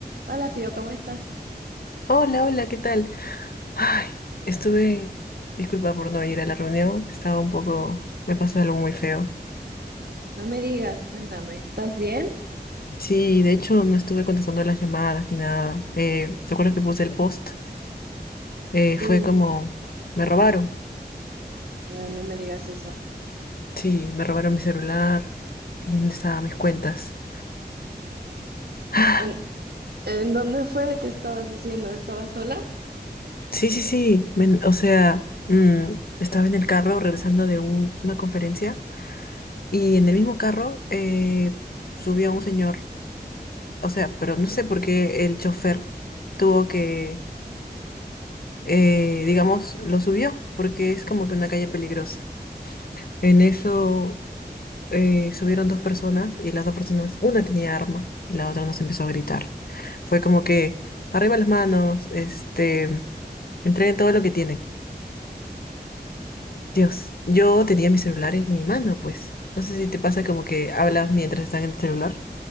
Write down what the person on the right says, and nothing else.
Hola, Fío, ¿cómo estás?
No me digas, cuéntame, ¿estás bien?
Sí.
Ay, no me digas eso.
¿En, en dónde fue que estabas haciendo? ¿Estabas sola?